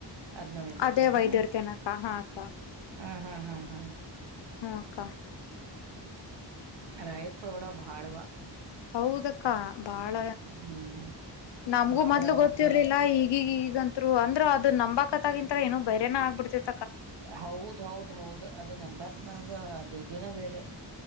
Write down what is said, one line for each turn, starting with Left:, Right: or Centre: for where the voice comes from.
Right: ಅದನಾವೈ ದಡ್ತಾರಣ
Left: ಅದೇ ವೈದಿರ್ತೇನಕ್ಕ ಹಾ ಅಕ್ಕ
Right: ಹ ಹಾ ಹಾ ಹಾ
Left: ಹ್ಮಕ್ಕ
Right: ರಾಯರ ಪವಾಡ ಬಾಳವ.
Left: ಹೌದಕ್ಕ. ಬಾಳ
Right: ಹ್ಮ್
Left: ನಮ್ಗೂ
Right: ಬಹಳ
Left: ಮೊದ್ಲು
Right: ಅವ್ರ್ದ
Left: ಗೊತ್ತಿರ್ಲಿಲ್ಲ ಈಗೀಗ ಗಂತ. ಅಂದ್ರು ಅಂದ್ರ ಅದ ನಂಬಕ ಗಂತ ಏನು ಬೇರೇನ ಆಗ್ಬಿಡ್ತೇತಿ.
Right: ಹೌದ ಹೌದ್ ಹೌದ ಅದ ನಂಬತ್ ನಗ ಅದು ಇದನ್ನ ಬೇರೆ.